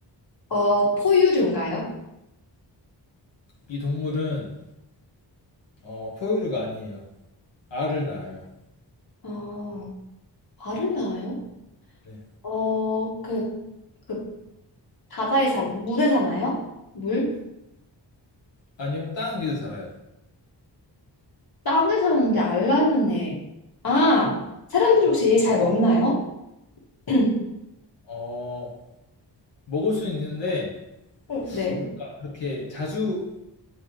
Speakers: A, on the left; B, on the left.
A: 어, 포유류인가요?
B: 이 동물은 어, 포유류가 아니에요. 알을 낳아요.
A: 어, 알을 낳아요?
B: 네.
A: 어, 그, 그 바다에 사, 물에 사나요? 물?
B: 아니요, 땅 위에서 살아요.
A: 땅에 사는데 알라는 애. 아, 사람들이 혹시 얘 잘 먹나요? <clears throat>
B: 어, 먹을 수 있는데
A: 어, 네.
B: 뭐랄까 그렇게 자주